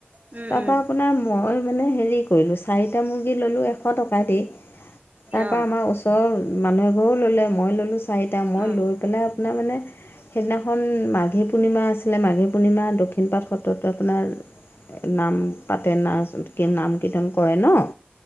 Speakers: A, on the right; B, on the left.
A: উম
B: তাৰপৰা
A: উম
B: আপোনাৰ মই মানে হেৰি কৰিলো চাৰিটা মুৰ্গী ল'লো এশ টকা দি তাৰপৰা
A: অ
B: আমাৰ ওচ ৰৰ মানুহ এঘৰো ল'লে মই ল'লো চাৰিটা, মই
A: অ
B: লৈ পেলাই আপোনাৰ মানে সেইদিনাখন মাঘী পূৰ্ণিমা আছিলে, মাঘী পূৰ্ণিমা দক্ষিণ পাট সত্ৰ আমাৰ নাম পাতে না কি নাম কীৰ্তন কৰে ন'